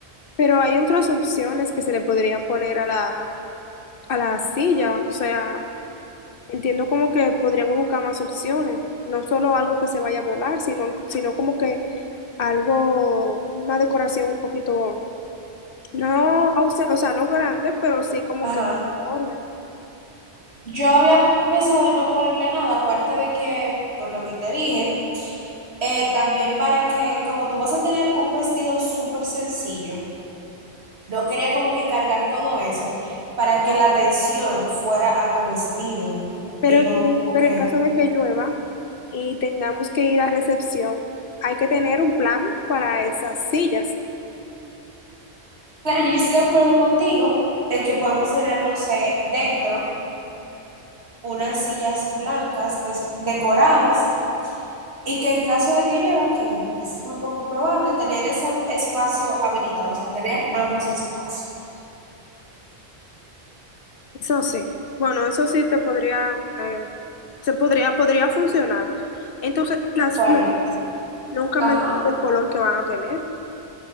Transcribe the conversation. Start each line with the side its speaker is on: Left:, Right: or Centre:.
Left: Pero hay otras opciones que se le podrían poner a la, a la silla, o sea, entiendo como que podríamos buscar más opciones, no solo algo que se vaya a volar, sino, sino como que algo, una decoración un poquito, no, ausen- o sea, no grande, pero sí como
Right: Ajá.
Left: que orden.
Right: Yo había pensado en no ponerle nada, aparte de que, por lo que te dije, eh, también para que, como tú vas a tener un vestido súper sencillo, no quería como que cargar todo eso para que la atención fuera a tu vestido
Left: Pero
Right: y no
Left: sí,
Right: como
Left: pero
Right: que...
Left: en caso de que llueva y tengamos que ir a recepción, hay que tener un plan para esas sillas.
Right: Claro, yo estoy de acuerdo contigo en que podemos tener, no sé, dentro unas sillas blancas des- decoradas Y que en caso de que llueva, que es muy poco probable, tener ese espacio habilitado, o sea, tener ambos espacios.
Left: Eso sí, bueno, eso sí te podría, eh, se podría, podría funcionar. Entonces, las
Right: Bueno,
Left: flores, nunca
Right: ajá.
Left: me dijiste el color que van a tener.